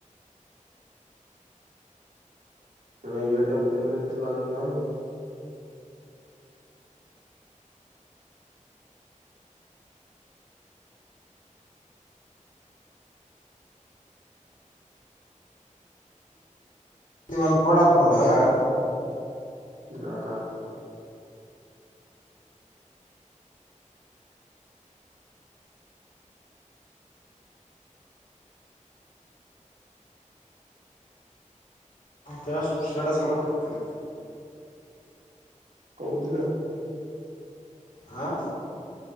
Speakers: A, on the right; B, on the left.
A: ಇಲ್ಲ ಎ ಟಿ ಎಂ ಪಿನ್ ಇಟ್ಟಿಲ್ಲ ಅನ್ಲ.
B: ಅಲ್ಲಿ ಒಂದ್ ಕಫೋಡ್ ಹಾಕ್ಕೊಂಡು ಎಡ್
A: ಲಾಕ್ ಹಕ್.
B: ಜಸ್ಟ್ ಸ್ಟೇಟಸ್ ಕೊಡಕ್ ಹತ್ತಿ.
A: ಹೌದಿಲ್ಲ
B: ಹ